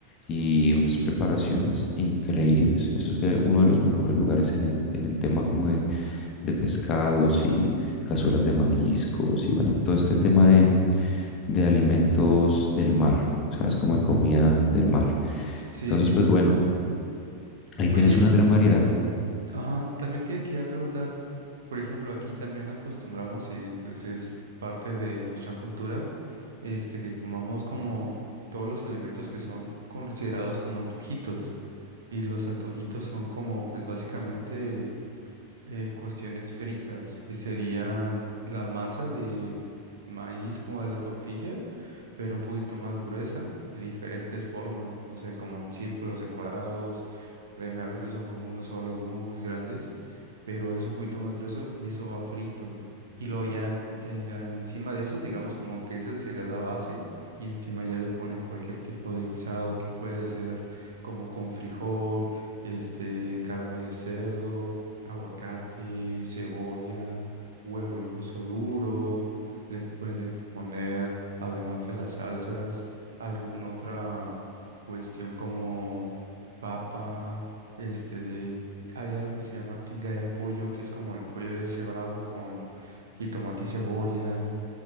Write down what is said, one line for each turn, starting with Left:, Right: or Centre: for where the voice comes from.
Left: y unas preparaciones increíbles. Eso es de uno de los mejores lugares en el, en el tema como de, de pescados y, cazuelas de mariscos y bueno, todo este tema de, de alimentos del mar, ¿sabes? Como de comida del mar.
Right: Sí,
Left: Entonces,
Right: sí.
Left: pues bueno, ahí tienes
Right: Oye,
Left: una gran variedad.
Right: ajá, también te quería preguntar, por ejemplo, aquí también acostumbramos y pues es parte de nuestra cultura, este, que comamos como todos los alimentos que son considerados como antojitos y los antojitos son como pues básicamente eh, cuestiones fritas, que serían la masa de maíz como de la tortilla, pero un poquito más gruesa, de diferentes formas, no sé, como en círculos, en cuadrados Créeme, a veces son como unos solos muy, muy grandes pero es un poquito más grueso y eso va frito. Y luego ya al fi- eh, encima de eso, digamos como que esa sería la base y encima ya le ponen cualquier tipo de guisado que puede ser como con frijol, este, carne de cerdo, aguacate, cebolla, huevo incluso duro. Le pueden poner, además de las salsas, alguna otra cuestión como papa, este, hay algo que se llama tinga de pollo, que es como el pollo deshebrado con jitomate y cebolla.